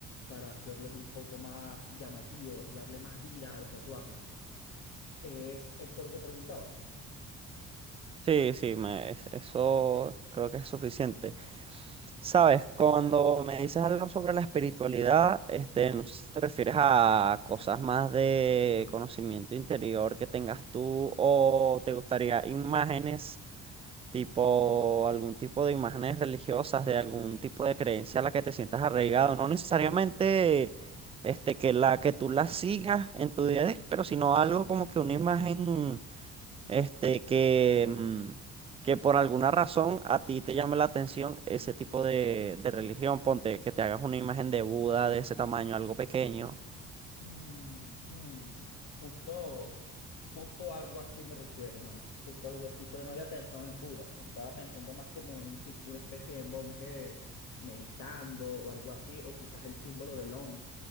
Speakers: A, on the left; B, on the right.
A: para hacerlos un poco más llamativos, darle más vida a los tatuajes. ¿Es esto lo que preguntabas?
B: Sí, sí, me, es- eso creo que es suficiente. Sabes, cuando me dices algo sobre la espiritualidad, este, no sé si te refieres a cosas más de conocimiento interior que tengas tú o te gustaría imágenes. tipo algún tipo de imágenes religiosas, de algún tipo de creencia a la que te sientas arraigado, no necesariamente este, que la que tú la sigas en tu día a día, pero sino algo como que una imagen este, que, mm, que por alguna razón a ti te llame la atención ese tipo de, de religión, ponte que te hagas una imagen de Buda de ese tamaño, algo pequeño.
A: Mm, hmm, Justo, justo algo así me refiero, mano. Justo algo así, pero no había pensado en Buda. Estaba pensando más como en un tipo, una especie de monje meditando o algo así, o quizás el símbolo del Om